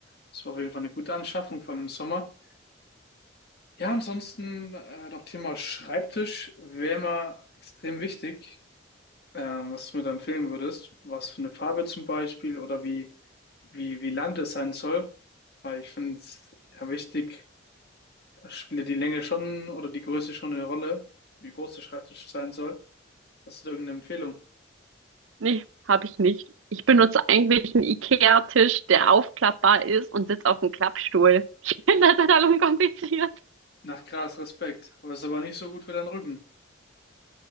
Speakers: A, on the left; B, on the right.
A: Das war auf jeden Fall eine gute Anschaffung, vor allem im Sommer. Ja, ansonsten äh, noch Thema Schreibtisch wäre mal extrem wichtig, ähm, was du mir da empfehlen würdest. Was für eine Farbe zum Beispiel oder wie, wie, wie lang das sein soll. Weil ich finde es ja wichtig, da spielt ja die Länge schon oder die Größe schon eine Rolle, wie groß der Schreibtisch sein soll. Hast du da irgendeine Empfehlung?
B: Nee, habe ich nicht. Ich benutze eigentlich einen IKEA-Tisch, der aufklappbar ist und sitze auf einem Klappstuhl. <laughs> Ich finde das total unkompliziert.
A: Nach krass, Respekt. Aber ist aber nicht so gut für deinen Rücken.